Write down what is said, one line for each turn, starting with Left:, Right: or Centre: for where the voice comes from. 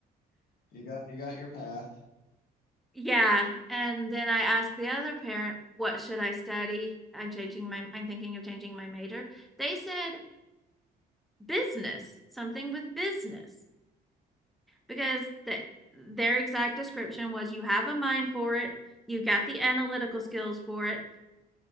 Left: you got you got your path.
Centre: Yeah. And then I asked the other parent, what should I study? I'm changing my, I'm thinking of changing my major. They said business, something with business, because that their exact description was you have a mind for it, you've got the analytical skills for it,